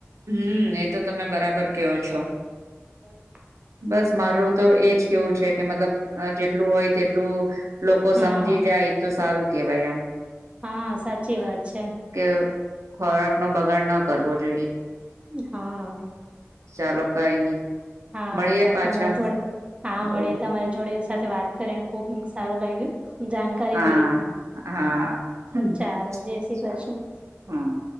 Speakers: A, on the right; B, on the right.
A: હમ એ તો તમે બરાબર કેયોો છો
B: હમ
A: બસ મારો તો એજ કેવું છે કે મતલબ જેટલું હોય તેટલું લોકો
B: હા
A: સમજી જાય તો સારું કેહેવાય આમ.
B: હા, સાંચી વાત છે.
A: કે ખોરાક નો બગાડ ન કરવો જોઈએ.
B: હા.
A: ચાલો કઈ નઈ
B: હા
A: મળીએ
B: ચાલ
A: પાછા
B: તમારી જોડે હા મળે
A: ઓ
B: તમારે જોડેની સાથે વાત કરીને ખુબ સારું લાગ્યું. કરી
A: હા
B: મળી
A: હા
B: ચાલો જય શ્રી
A: ચાલ
B: કૃષ્ણ.
A: હા.